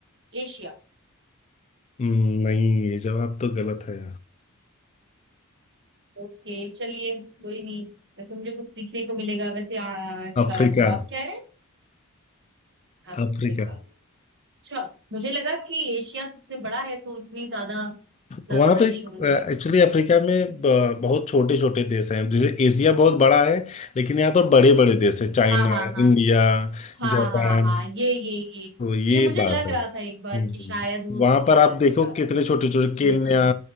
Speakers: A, on the right (about 55°); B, on the left (about 30°).
A: एशिया
B: हम्म, नहीं ये जवाब तो गलत है
A: ओके चलिए कोई नहीं वैसे मुझे कुछ सीखने को मिलेगा वैसे आ, इसका
B: अफ्रीका
A: जवाब क्या है अफ्रीका
B: अफ्रीका
A: अच्छा मुझे लगा कि एशिया सबसे बड़ा है तो उसमें ही ज्यादा ज्यादा
B: वहां
A: देश
B: पे
A: होंगे
B: एक्चुअली अफ्रीका में ब- बहुत छोटे छोटे देश हैं जैसे एशिया बहुत बड़ा है लेकिन यहाँ पर
A: अच्छा,
B: बड़े
A: अच्छा।
B: बड़े देश हैं चाइना
A: हाँ हाँ हाँ
B: इंडिया जापान
A: हाँ हाँ हाँ ये ये ये
B: तो ये
A: ये मुझे
B: बात
A: लग
B: है
A: रहा
B: हम्म
A: था एक बार कि शायद हो
B: वहां
A: सकता
B: पर आप
A: है अफ्रीका
B: देखो कितने छोटे
A: मुझे
B: छोटे केन्या
A: लगा नहीं